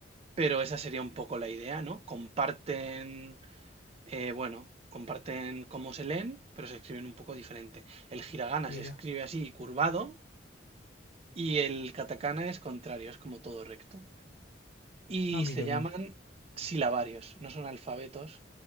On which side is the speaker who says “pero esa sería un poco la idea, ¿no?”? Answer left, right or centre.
Right